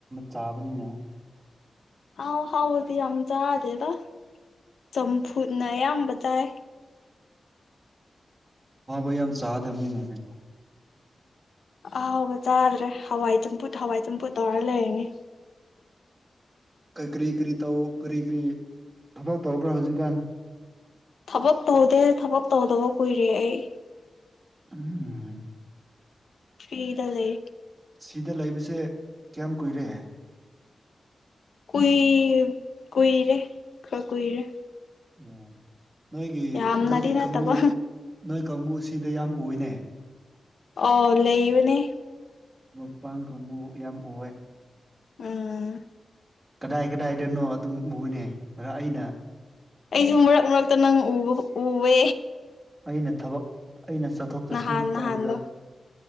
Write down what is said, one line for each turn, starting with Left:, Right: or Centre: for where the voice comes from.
Right: ꯆꯥꯕꯅꯤꯅ
Left: ꯑꯥꯎ ꯍꯥꯎꯕꯗꯤ ꯌꯥꯝ ꯆꯥꯗꯦꯗ ꯆꯝꯐꯨꯠꯅ ꯑꯌꯥꯝꯕ ꯆꯥꯏ
Right: ꯍꯥꯎ ꯌ ꯌꯥꯝ ꯆꯥꯗꯅꯤ ꯅꯕꯅꯣ
Left: ꯑꯍꯥꯎꯕ ꯆꯥꯗ꯭ꯔꯦ ꯍꯋꯥꯏ ꯆꯝꯐꯨꯠ ꯍꯋꯥꯏ ꯆꯝꯐꯨꯠ ꯇꯧꯔ ꯂꯩꯔꯅꯤ
Right: ꯀꯔꯤ ꯀꯔꯤ ꯇꯧ ꯀꯔꯤ ꯀꯔꯤ ꯊꯕꯛ ꯇꯧꯕ꯭ꯔꯥ ꯍꯧꯖꯤꯛꯀꯥꯟ
Left: ꯊꯕꯛ ꯇꯧꯗꯦ ꯊꯕꯛ ꯇꯧꯗꯕ ꯀꯨꯏꯔꯦ ꯑꯩ
Right: ꯎꯝ
Left: ꯐꯤꯗ ꯂꯩ
Right: ꯁꯤꯗ ꯂꯩꯕꯁꯦ ꯀꯌꯥꯝ ꯀꯨꯏꯔꯦꯍꯦ
Left: ꯀꯨꯏ ꯀꯨꯏꯔꯦ ꯈ ꯀꯨꯏꯔꯦ
Right: ꯎꯝ ꯅꯣꯏꯒꯤ
Left: ꯌꯥꯝꯅꯗꯤ
Right: ꯅꯣꯏꯒꯤ
Left: ꯅꯠꯇꯕ
Right: ꯀꯪꯒꯨ ꯀꯥꯡꯕꯨꯁꯤꯗ ꯌꯥꯝ ꯑꯣꯏꯅꯦ
Left: ꯑꯣ ꯂꯩꯕꯅꯦ
Right: ꯎꯄꯥꯡꯒꯨꯝꯕꯨ ꯌꯥꯝ ꯎꯑꯦ
Left: ꯎꯝ
Right: ꯀꯗꯥꯏ ꯀꯗꯥꯏꯗꯅꯣ ꯑꯗꯨꯝ ꯎꯕꯅꯦ ꯃꯔ ꯑꯩꯅ
Left: ꯑꯩꯁꯨ ꯃꯔꯛ ꯃꯔꯛꯇ ꯅꯪ ꯎꯕ ꯎꯋ
Right: ꯑꯩꯅ ꯊꯕꯛ ꯑꯩꯅ ꯆꯠꯊꯣꯛ ꯆꯠꯁꯤꯟ
Left: ꯅꯍꯥꯟ ꯅꯍꯥꯟꯗꯣ
Right: ꯇꯧꯕꯗ